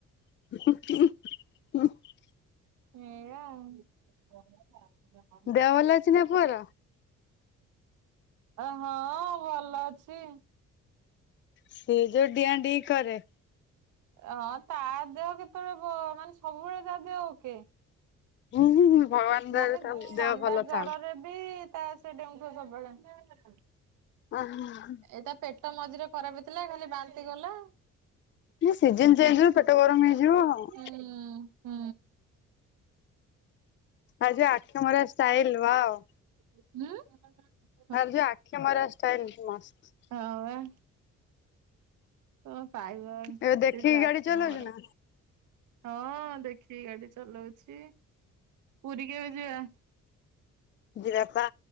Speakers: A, on the left; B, on the right.
A: <unintelligible>
B: ଏୟା ଆଉ।
A: ଦେହ ଭଲ ଅଛି ନା ପୁଅର?
B: ଏ ହଁ ଭଲ ଅଛି।
A: ସେଏ ଯୋଉ ଡ଼ିଆ ଡିଇଁ କରେ।
B: ହଁ ତା ଦେହ କେତେବେଳେ ବ ମାନେ ସବୁବେଳେ ତା ଦେହ ଓକେ।
A: ହୁଁ ହୁଁ ହୁଁ ଭଗବାନ ଦୟାରୁ
B: ମାନେ
A: ତା ଦେହ
B: ଥଣ୍ଡା
A: ଭଲ
B: ଜରରେ
A: ଥାଉ।
B: ବି ତା ସେ ଡେଉଁଥିବ ସବୁବେଳେ।
A: ଆଃହାଁ।
B: ଏଇ ତା ପେଟ ମଝିରେ ଖରାପ ହେଇଥିଲା ଖାଲି ବାନ୍ତି କଲା।
A: ଏନା ସିଜିନ୍ ଚେଞ୍ଜ୍ ହ ପେଟ
B: ହୁଁ
A: ଗରମ ହେଇଯିବ ଆଉ।
B: ହୁଁ।
A: ତାର ଯୋଉ ଆଖି ମରା ଷ୍ଟାଇଲ୍ ୱାଉ।
B: ଉଁ।
A: ତାର ଯୋଉ ଆଖି ମରା ଷ୍ଟାଇଲ୍ ମସ୍ତ।
B: ହଁ ବା। କଣ ପାଇବ
A: ଏବେ ଦେଖିକି
B: ସେ ଯୋଉ ଆଖି
A: ଗାଡି ଚଲଉଛୁ
B: ମରା।
A: ନା
B: ହଁ ଦେଖିକି ଗାଡି ଚଲାଉଛି। ପୁରୀ କେବେ ଯିବା?
A: ଯିବାପା